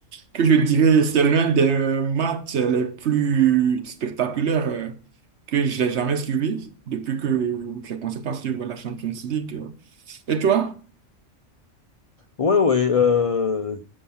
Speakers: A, on the right; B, on the left.
A: que je dirais c'est l'un des euh, matchs les plus spectaculaires euh, que j'ai jamais suivi depuis que j'ai commencé par suivre la Champions League. Et toi?
B: Oui, oui. euh,